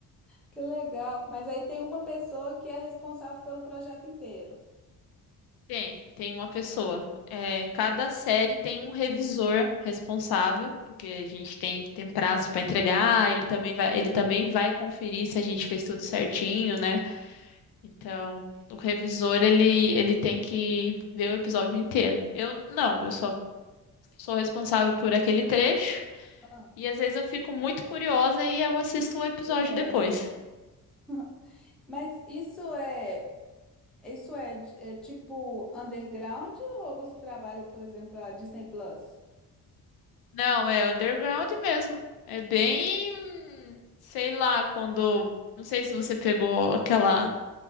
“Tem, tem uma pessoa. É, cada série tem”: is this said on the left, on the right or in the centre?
Left